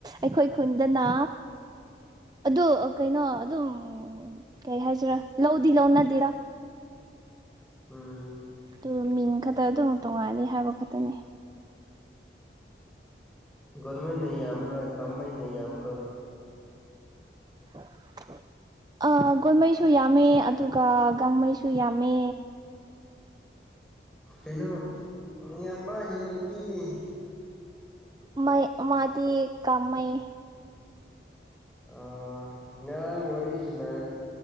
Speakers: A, on the right (about 20°); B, in the centre.
A: ꯑꯩꯈꯣꯏ ꯈꯨꯟꯗꯅ ꯑꯗꯨ ꯀꯩꯅꯣ ꯑꯗꯨꯝ ꯀꯩ ꯍꯥꯏꯖꯔꯥ ꯂꯧꯗꯤ ꯂꯧꯅꯗꯦꯗ
B: ꯎꯝ
A: ꯑꯗꯨ ꯃꯤꯡ ꯈꯛꯇ ꯑꯗꯨꯝ ꯇꯣꯡꯉꯥꯟꯅꯤ ꯍꯥꯏꯕ ꯈꯛꯇꯅꯤ
B: ꯨꯒꯣꯟ ꯃꯩꯅ ꯌꯥꯝꯕ꯭ꯔꯥ ꯀꯃꯩ ꯅ ꯌꯥꯝꯕ꯭ꯔꯥ
A: <unintelligible> ꯑꯥ ꯒꯣꯜꯃꯩꯁꯨ ꯌꯥꯝꯃꯦ ꯑꯗꯨꯒ ꯒꯥꯡꯃꯩꯁꯨ ꯌꯥꯝꯃꯦ
B: ꯀꯩꯅꯣ ꯅꯌꯥꯝꯕꯒꯤ ꯅꯨꯄꯤꯗꯤ
A: ꯃ ꯩ ꯃꯥꯗꯤ ꯀꯥꯃꯩ
B: ꯑꯥ ꯉꯥꯔꯥꯡ ꯋꯥꯔꯤꯁꯥꯟꯅꯦ